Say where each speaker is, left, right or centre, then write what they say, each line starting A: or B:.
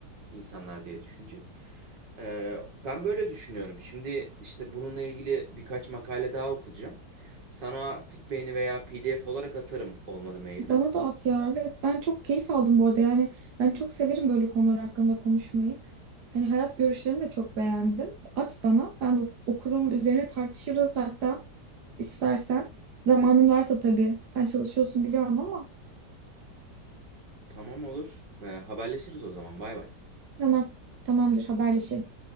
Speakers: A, on the right; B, on the right.
A: insanlar diye düşünecek. E, ben böyle düşünüyorum. Şimdi işte bununla ilgili birkaç makale daha okuyacağım. Sana Fitbay'ini veya PDF olarak atarım olmadı mailden.
B: Bana da at ya. Evet ben çok keyif aldım bu arada. Yani ben çok severim böyle konular hakkında konuşmayı. Hani hayat görüşlerini de çok beğendim. At bana. Ben de ok- okurum. Üzerine tartışırız hatta istersen. Zamanın varsa tabii. Sen çalışıyorsun biliyorum ama.
A: Tamam olur. E, haberleşiriz o zaman. Bay bay.
B: Tamam. Tamamdır. Haberleşelim.